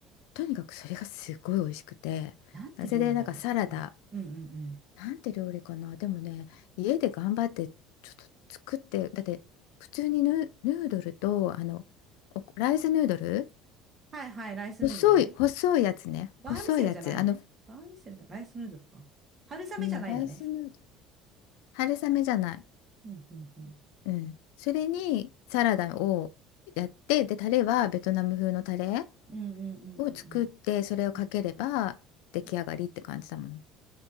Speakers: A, on the left (about 80°); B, on the right (about 25°).
A: とにかくそれがすごい美味しくてなぜでなんかサラダ
B: なんて料理だろう。うん。うんうんうん。
A: なんて料理かなでもね家で頑張ってちょっと作ってだって普通にヌ、ヌードルとあのおライスヌードル
B: はいはい、ライスヌードルね。
A: 細い細いやつね細いやつあの、
B: バーミセルじゃないよね。バーミセルじゃ、ライスヌードルか。春雨じゃないのね。
A: うん、ライスヌードル春雨じゃない、
B: うんうんうん。
A: うん、それにサラダをやってでタレはベトナム風のタレ
B: うんうんうんうん
A: を作ってそれをかければ出来上がりって感じだもん
B: うん。うんうん